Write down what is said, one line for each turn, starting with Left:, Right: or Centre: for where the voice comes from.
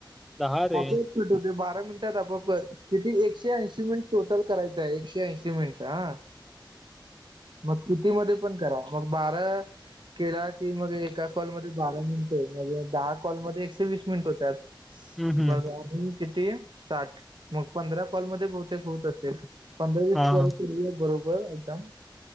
Centre: दहा रे
Right: हा बोल, कट होतोय. बारा मिनिटात आपोप किती एकशे ऐंशी मिनिट टोटल करायचंय. एकशे ऐंशी मिनिट. हा. मग किती मध्ये पण करा मग बारा, केला की, मग एका कॉलमध्ये बारा मिनिट मग दहा कॉलमध्ये एकशे वीस मिनिट होत्यात.
Centre: हम्म हम्म
Right: मग आणि किती? साठ मग पंधरा कॉलमध्ये बहुतेक होत असेल. पंधरा वीस
Centre: हा
Right: कॉल
Centre: हा
Right: करू बरोबर. व्हय म्हणता.